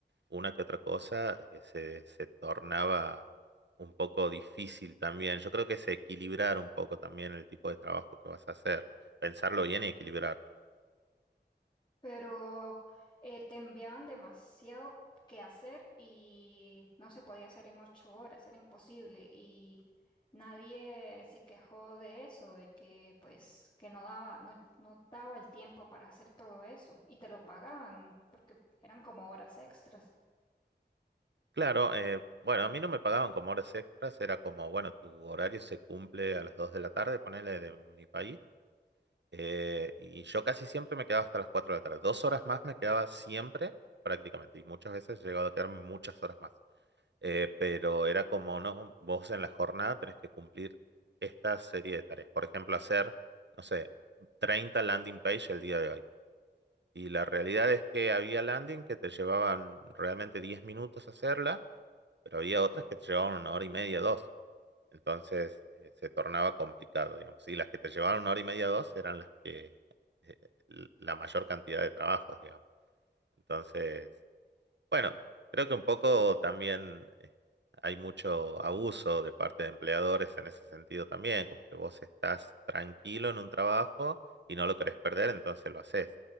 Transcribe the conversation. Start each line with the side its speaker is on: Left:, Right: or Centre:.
Right: una que otra cosa eh, se, se tornaba un poco difícil también. Yo creo que es equilibrar un poco también el tipo de trabajo que vas a hacer, pensarlo bien y equilibrarlo.
Left: Pero eh, te enviaban demasiado que hacer y no se podía hacer en ocho horas, era imposible. Y nadie se quejó de eso, de que pues que no daba, no, no daba el tiempo para hacer todo eso. Y te lo pagaban, porque eran como horas extras.
Right: Claro, eh, bueno, a mí no me pagaban como horas extras, era como, bueno, tu horario se cumple a las 2 de la tarde, ponele de mi país, eh, y yo casi siempre me quedaba hasta las 4 de la tarde. Dos horas más me quedaba siempre, prácticamente, y muchas veces he llegado a quedarme muchas horas más. eh, pero era como, no, vos en la jornada tenés que cumplir esta serie de tareas. Por ejemplo, hacer, no sé, 30 landing page el día de hoy. Y la realidad es que había landing que te llevaban realmente 10 minutos hacerla, pero había otras que te llevaban una hora y media, dos. Entonces eh, se tornaba complicado, digamos. Y las que te llevaban una hora y media, dos eran las que eh, la mayor cantidad de trabajos, digamos. Entonces bueno, creo que un poco también eh, hay mucho abuso de parte de empleadores en ese sentido también, como que vos estás tranquilo en un trabajo y no lo querés perder, entonces lo haces.